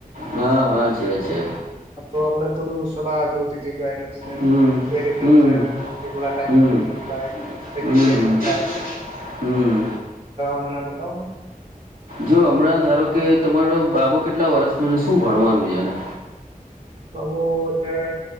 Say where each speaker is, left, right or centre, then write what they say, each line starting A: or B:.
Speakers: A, on the right (about 80°); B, on the right (about 45°).
A: હા હા છે છે
B: હા તો આપડે થોડું સલાહ જોતી હતી ડ
A: હમ
B: કઈ રીત
A: હમ
B: છે કેલા ટાઈમ
A: હમ
B: સુધી મોકલાય
A: હમ
B: જગ્યા મોકલાય
A: હમ
B: મને બધ બતાવનું
A: જો હમણાં ધારો કે તમારો બાબો કેટલા વર્સનો શું ભણવાનું છે એને
B: બાબુ અત્યારે